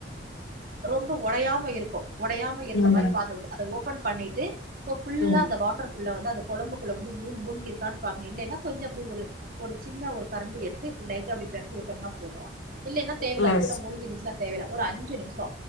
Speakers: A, on the right; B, on the left.
A: ரொம்ப உடையாம இருக்கு உடையாம இருக்க
B: ம்
A: மாதிரி
B: ம்
A: பாத்து வுடு அத ஓபன் பண்ணிட்டு ச புல்லா
B: ம்
A: அந்த வாட்டர் ள்ள வந்து கும்புக்குள்ள வந்து மீன் முழுகி இருக்கான்னு பாக்கணு இல்லன்னா கொஞ்சோ அப்டி ஒரு ஒரு சின்ன ஒரு கரண்டி எடுத்து லைட்டா அப்டி பெரட்டி விட்டோம்னா போது இல்லன்ன தேவையில்
B: ம்
A: மூழ்கி இருந்துச்ச தேவையில்ல ஒரு அஞ்சு நிமிஷோ